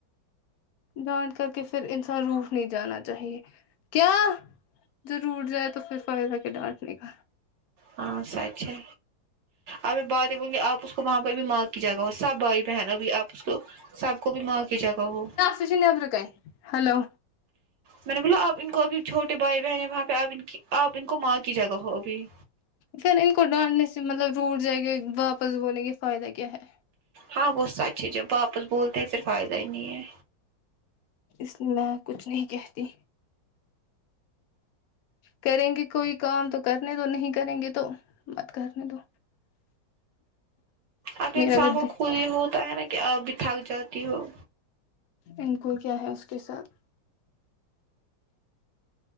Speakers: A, on the left; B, on the right.
A: ڈانٹ کر کے پھر انسان روٹھ نہیں جانا چاہیے کیا ضرور جائے تو پھر فائدہ کے ڈانٹنے کا
B: ہاں سچ ہے اب باتیں بول گی آپ اس وہاں پہ بھی ماں کی جگہ ہو سب بھائی بہنوں بھی آپ اس کو سب کو بھی ماں کی جگہ ہو
A: <unintelligible> نیبر کا ہیلو
B: میں نے بولا آپ ان کو ابھی چھوٹے بھائی بہن ہیں وہاں پہ آپ ان کی آپ ان کو ماں کی جگہ ہو ابھی
A: پھر ان کو ڈانٹنے سے مطلب روٹ جائے گے واپس بولنے کے فائدہ کیا ہے
B: ہاں وہ سچ ہے جب واپس بولتے ہیں پھر فائدہ ہی نہیں ہے
A: اس میں کچھ نہیں کہتی کریں گے کوئی کام تو کرنے دو نہیں کریں گے تو مت کرنے دو
B: اب
A: میرا
B: انسان
A: گدے
B: کو خود ہی ہوتا ہے نا کہ اب بھی تھک جاتی ہو
A: ان کو کیا ہے اس کے ساتھ